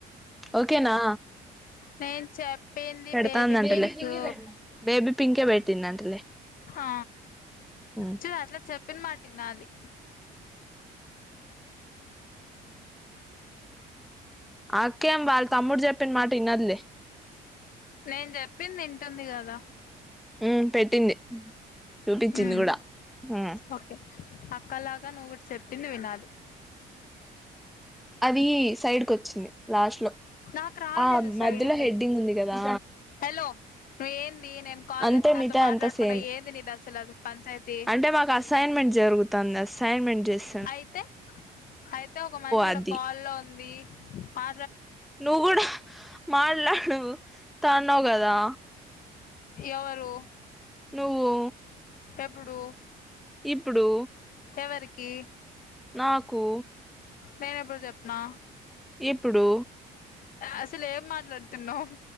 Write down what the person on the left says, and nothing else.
నేను చెప్పింది
బేబీ పింకు
హ
చూడు అట్లా చెప్పిన మాట్ టినాలి
నేను చెప్పింది వింటుంది కదా
హ్మ్
ఓకే అక్కలాగా నువ్వు కూడా చెప్పింది వినాలి
నాకు రాలేదు
సైడ్కి
హలో నువ్వు ఏంది నేను కాల్
చేస్తే నాతో
మాట్లాడకుండా
ఏంది నీది అసలు అది పంచాయతీ
అయితే అయితే ఒక మనిషి ఇడ
కాల్లో ఉం ఉంది ఆ
ఎవరు
ఎప్పుడు
ఎవరికి
నేను ఎప్పుడు చెప్నా
అసలు ఏం మాట్లాడుతున్నావ్